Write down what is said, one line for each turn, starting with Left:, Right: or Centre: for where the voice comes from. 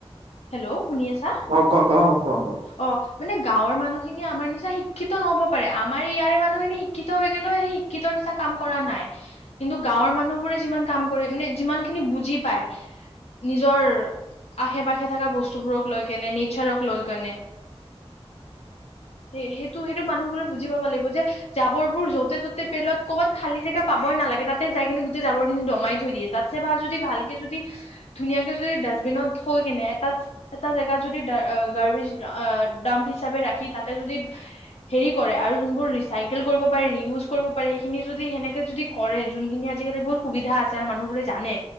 Left: হেল্ল' শুনি আছা।
Right: অ কোৱা কোৱা অ কোৱা কোৱা
Left: অ মানে গাঁৱৰ মানুহখিনি আৰু নিশ্চিত নহব পাৰে আমাৰ ইয়াৰে মানুহখিনি শিক্ষিত হৈ কোনেও সেই শিক্ষিত নিচনা কাম কৰা নাই কিন্তু গাঁৱৰ মানুহ বোৰে যিমান ক যিমান খিন বুজি পাই নিজৰ পাশে পাখে থকা বস্তুখিনি লৈ কেনে নিচাৰক লৈ কেনে সেই সেইটো সেইটো মানুহবোৰে বুজি পাব লাগিব যে জাবৰবোৰ য'তে ত'তে পেলত খালি জেগা পাবই নালাগে তাতে যাই কিনে গোটেই জাবৰ খিনি দমাই থৈ দিয়ে তাত চ ভাল যদি ভালকে যদি ধুনীয়াকে যদি ডাষ্টবিনত থৈ কেনে এটা এটা জেগাত যদি গাৰ্বজ ডাম্প হিচাপে ৰাখি তাতে যদি হেৰি কৰে আৰু যোনবোৰ ৰিচাইকেল কৰিব পাৰে ৰিউজ কৰিব পাৰে খিনি যদি সেনেকে যদি কৰে যোনখিনি আজিকাল এইবোৰ, সুবিধা আছে মানু্হবোৰে জানে